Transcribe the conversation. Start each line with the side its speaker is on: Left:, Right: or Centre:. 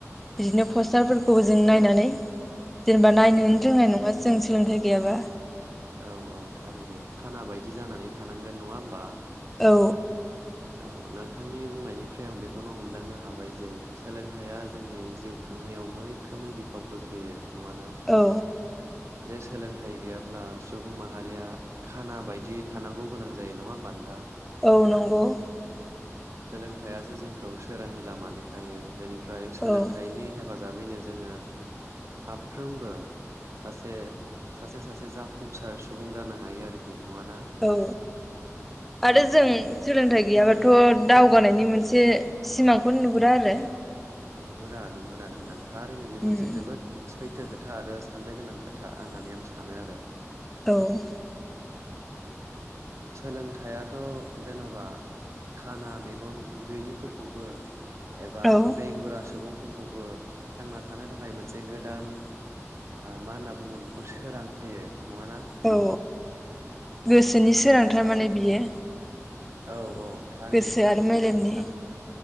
Centre: बिदिनो पस्टारफोरखौबो जों नायनानै। जेनेबा नायनो
Right: औ
Centre: रोंनाय नङा जों सोलोंथाइ। गैयाबा
Right: औ-औ थारैनो खाना बायदि जानानै थानांगोन नङा होमबा।
Centre: औ
Right: औ नोंथांनि बुंनायनिफ्राय आं बेखौनो हमदांनो हाबाय जे सोलोंथाइया जोंनि जिउ खांनायाव मैखोमै बिफाव गोग्लैयो। नङा ना
Centre: औ
Right: जे सोलोंथाइ गैयाब्ला सुबुं माहारिया खाना बायदि थानांगौ गोनां जायो नङा होमबा नों
Centre: औ नंगौ <unintelligible>
Right: सोलोंथाइसो जोंखौ सोरांनि लामा देखायो बेनि ओफ्राय सोलोंथाइनि
Centre: औ
Right: हेफाजाब हिसाबैनो जोङो साफ्रोमबो सासे सासे सासे जाफुंसार सुबुं जानो हायो आरोखि। नङाना
Centre: औ
Right: औ
Centre: आरो जों
Right: औ
Centre: सोलोंथाइ गैयाबाथ' दावगानायनि मोनसे सिमांखौनो नुहुरा आरो।
Right: नुहुरा नुहुरा नोंथां थारैनो बे
Centre: उम
Right: मोनसे जोबोद सैथो खोथा आरो साननो गोनां खोथा होननानै आं सानो आरो।
Centre: औ
Right: सोलोंथाइथ' जेन'बा खाना मेगन गैयिफोरखौबो एबा
Centre: औ
Right: बेंगुरा सुबुं फोरखौबो थांना थानो थाखाय मोनसे गोदान मा होनना बुंगोन बेखौ सोरां होयो। नङाना
Centre: औ गोसोनि सोरांथार
Right: जे सासे
Centre: माने बियो
Right: औ औ थारैनो
Centre: गोसो आरो मेलेमनि
Right: जे सासे